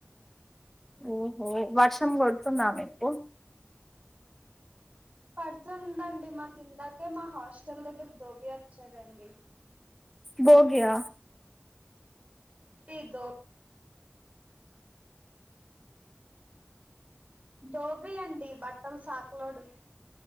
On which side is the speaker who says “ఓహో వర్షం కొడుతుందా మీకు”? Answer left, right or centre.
Centre